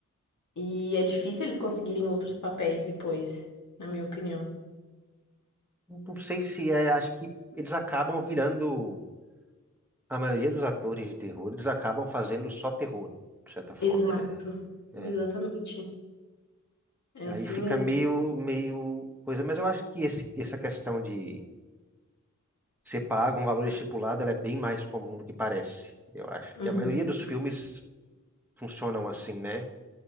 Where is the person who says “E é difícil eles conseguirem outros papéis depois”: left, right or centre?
Left